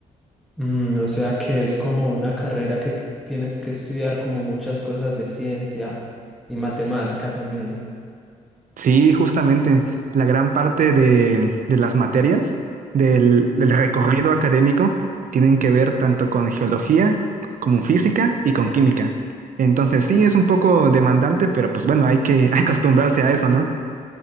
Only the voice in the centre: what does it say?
Mm, o sea que es como una carrera que tienes que estudiar como muchas cosas de ciencia y matemática también.